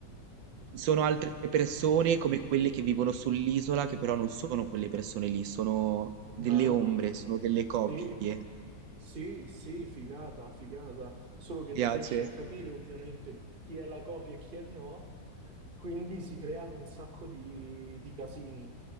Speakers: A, on the right; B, on the right.
A: ci sono altre persone come quelle che vivono sull'isola, che però non sono quelle persone lì, sono delle
B: bello.
A: ombre, sono delle copie.
B: Sì. Sì, sì, figata, figata, solo che non
A: Piace.
B: riesce a capire ovviamente chi è la copia e chi è no, quindi si creano un sacco di, di casini.